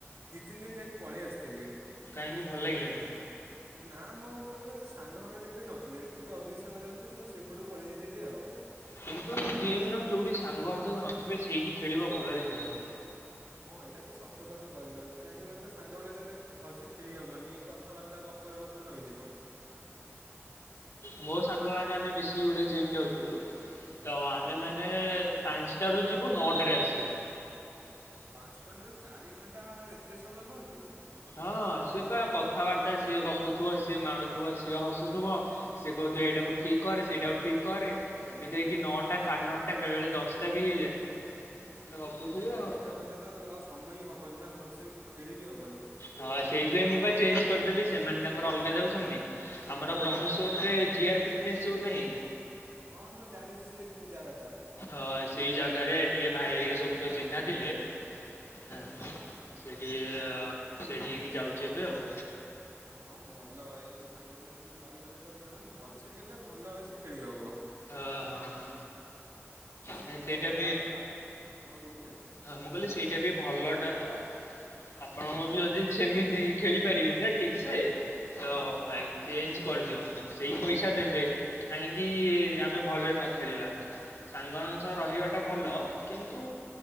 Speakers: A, on the right; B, on the left.
A: ଦିଇ ତିନି ଦିନ ଯାଇକି ପଳେଇ ଆସିଥିଲି।
B: କାହିଁକି ଭଲ ଲାଗିଲାନି।
A: ନା ମୋ କଣ କଇଲ ଏତେ ସାଙ୍ଗ ଫାଙ୍ଗ ଏତେ କେଇ ନଥିଲେ ଏତିକି ଅଧିକ ସାଙ୍ଗ ଯାଉଥିଲେ ତ ମୁଁ ସେପଟକୁ ପଳେଇ ଯାଇଥିଲି ଆଉ।
B: କିନ୍ତୁ ଜିମ ର ଯୋଉଠି ସାଙ୍ଗ ଅଧିକ ନଥିବେ ସେଇଠି ଖେଳିବ ଭଲରେ ଖେଳିହବ।
A: ହଁ ଏଇଟା ତ ସତ କଥା କହିଲ କାହିଁକି ନା କହିଲ ସାଙ୍ଗମାନେ ହେଲେ ଏତେ ଭଲସେ ଖେଳି ହବନି। କଥାବାର୍ତ୍ତା ଗପରେ ଗପରେ ରହିଯିବ।
B: ମୋର ସାଙ୍ଗ ମାନ ଆମେ ମିଶିକି ଗୋଟେ ଜିମ୍ ଯାଉଥିଲୁ ତ
A: ହଁ
B: ଆମେ ମାନେ। ମାନେ ପାଞ୍ଚଟାରୁ ଯିବୁ ନଅଟାରେ ଆସିବୁ।
A: ପାଞ୍ଚଟା ନୁହେଁ ଚାରି ଘଣ୍ଟା ଏତେ ସମୟ ରହନ୍ତିି।
B: ହଁ ସିଏ ପା କଥାବାର୍ତ୍ତା ସିଏ ଗପୁଥିବ ସିଏ ମାରୁୁଥିବ ସିଏ ହସୁଥିବ। ସିଏ କହୁଥିବ ଏଇାକୁ ଠିକ କରେ ସେଇଟାକୁ ଠିକ। କରେ କେମିତି ହେଇକି ନଅଟା ସାଢେ ନଅଟା ବେଳେ ବେଳେ ଦଶଟା ବି ହେଇଯାଏ। ତ ଗପୁଥିବେ
A: ଏତେ ଡେରି
B: ଆଉ।
A: ତ ହେଲେ ତ ଆଉ ସମୟ ହିଁ ହବନି ନା ଭଲସେ ଖେଳି ବି ହବନି।
B: ହଁ ସେଇଥି ପାଇଁ ମୁଁ ବା ଚେଞ୍ଜ କରିଦେଲି ସେମାନେ ତାଙ୍କର ଅଲଗା ଯାଉଛନ୍ତି। ଆମର ବ୍ରହ୍ମେଶ୍ଵରେ ଜିଆର୍ ଫିଟନେସ୍ ଯୋଉ ନାହିଁ।
A: ହଁ ହଁ ଜାଣିଛି ସେ ଜାଗା ଟା।
B: ହଁ ସେଇ ଜାଗାରେ ଟିକେ ଭାଇା ଘରିକା ସବୁ ତ ଚିହ୍ନା ଥିଲେ ଏଁ। ସେଇଠି
A: ଓହୋ
B: ସେଇଠିକି ଯାଉଛି ଏବେ ଆଉ।
A: ହଁ ଭଲ ଏଇ ଯେ ସାଙ୍ଗମାନଙ୍କ ସହିତ ରହିଗଲେ ତ ଯୋଉମାନେ ଭଲସେ ଖେଳିଲେ ଭଲ ଭାବ ସେ ଖେଳି ହବ।
B: ହେ ହଁ।
A: ସେୟାଆଉ
B: ନାଇଁ ସେଇଟା ବି
A: ଏବେ ଆ କଣ କହୁଥିଲେ।
B: ହଁ ମୁଁ କହିଲି ସେଇଟା ବି ଭଲଟା ତ ଆପଣଙ୍କୁ
A: ହଁ
B: ବି ଯଦି। ସେମିତି ଖେଳି ପାରିବେନି ନା ଠିକ ତ
A: ହଁ ପା
B: ଭାଇ। ଚେଞ୍ଜ କରିଦିଅନ୍ତୁ ସେଇ ପଇସା ଦେବେ କାହିଁକି। ଯଦି ଆମେ ଭଲରେ ନ ଖେଳିବା ସାଙ୍ଗ ମାନଙ୍କ
A: ହଁ
B: ସହ ରହିବା। ଟା ଭଲ କିନ୍ତୁ